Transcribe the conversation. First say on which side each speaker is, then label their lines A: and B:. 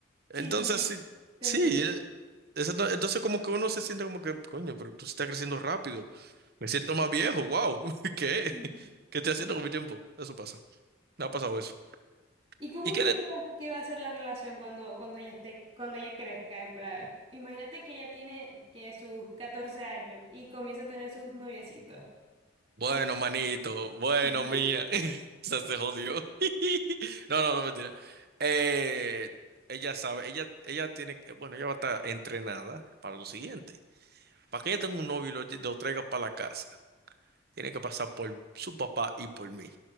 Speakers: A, on the right; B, on the right.
A: Entonces,
B: sí, te
A: sí,
B: te
A: sí,
B: entiendo.
A: eh, eso no- entonces como que uno se siente como que, coño, pero tú estás creciendo rápido. Me siento más viejo, wow. <laughs> ¿Qué?
B: <laughs>
A: ¿Qué estoy haciendo con mi tiempo? Eso pasa. Me ha pasado eso.
B: ¿Y cómo
A: ¿Y qué
B: crees
A: de-
B: que va, que va a ser la relación cuando, cuando ella esté, cuando ella crezca? En plan, imagínate que ella tiene que sus catorce años y comienza a tener sus noviecitos.
A: Bueno,
B: Y
A: manito, bueno,
B: Ujú.
A: mía. <laughs> O sea, se jodió. <laughs> No, no, no, mentira. Eh, ella sabe, ella, ella tiene que, bueno, ella va a estar entrenada para lo siguiente. Para que ella tenga un novio y lo, lle- lo traiga para la casa, tiene que pasar por su papá y por mí.